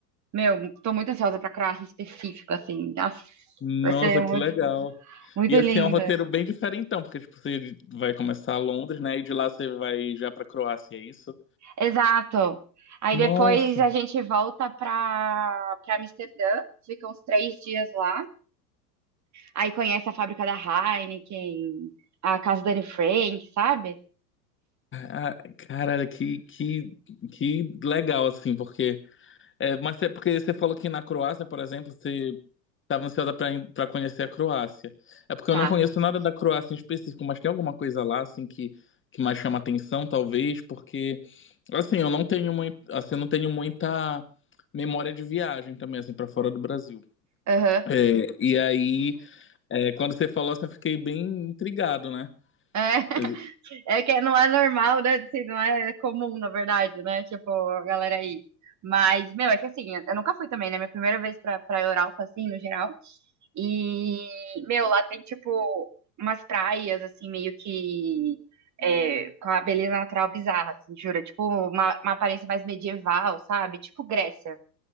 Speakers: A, on the right; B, on the left.
A: Meu, tô muito ansiosa pra Croácia em específico, assim. Nossa,
B: Nossa,
A: vai ser muito,
B: que legal.
A: muito
B: E assim,
A: linda.
B: é um roteiro bem diferentão, porque tipo, você vai começar a Londres, né? E de lá você vai já pra Croácia, é isso?
A: Exato. Aí
B: Nossa,
A: depois a gente volta pra, pra Amsterdã, fica uns três dias lá. Aí conhece a fábrica da Heineken, a casa da Anne Frank, sabe?
B: ah, caralho, que, que, que legal, assim, porque. É, mas é porque você falou que na Croácia, por exemplo, você estava ansiosa para conhecer a Croácia. É porque
A: Tá.
B: eu não conheço nada da Croácia em específico, mas tem alguma coisa lá assim que, que mais chama atenção, talvez, porque assim, eu não tenho muito, assim, eu não tenho muita memória de viagem também assim para fora do Brasil.
A: Aham.
B: É, e aí, é, quando você falou assim, eu fiquei bem intrigado, né?
A: É. <laughs>
B: Eu-
A: É que não é normal, né? Assim, não é comum, na verdade, né? Tipo, a galera aí. Mas, meu, é que assim, eu nunca fui também, né? Minha primeira vez pra, pra Europa, assim, no geral. E, meu, lá tem, tipo, umas praias, assim, meio que. é, com a beleza natural bizarra, assim, jura? Tipo, uma, uma aparência mais medieval, sabe? Tipo Grécia,